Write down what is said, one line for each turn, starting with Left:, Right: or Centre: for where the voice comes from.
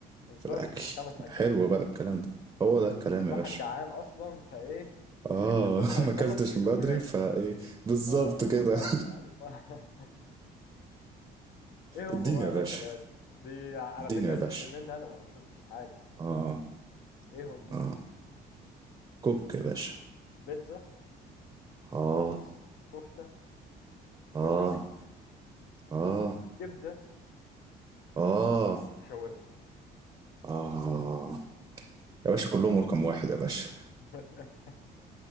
Left: ونقارن
Right: في الاكل
Left: بين خمس أكلات
Right: حلو بقى الكلام ده هو ده الكلام
Left: واحد
Right: يا باشا
Left: جعان أصلا فإيه يعني
Right: اه
Left: يا دوب
Right: <laughs>
Left: هيخلص
Right: ما اكلتش
Left: ويقوم
Right: من بدري
Left: ياكل
Right: فايه بالظبط
Left: آه
Right: كده
Left: والله
Right: <laughs>
Left: يعني <laughs> ايه
Right: اديني
Left: هم بقى
Right: يا
Left: الاكلات
Right: باشا
Left: دي على
Right: اديني
Left: فكره
Right: يا باشا
Left: دي مني انا انا ما شفتش حاجه
Right: اه
Left: ايه هم
Right: اه
Left: بقى
Right: كوك يا باشا
Left: بيتزا
Right: اه
Left: كفته
Right: اه
Left: كشري
Right: اه
Left: كبده
Right: اه
Left: وشاورما
Right: اه يا باشا كلهم رقم واحد يا باشا
Left: <laughs>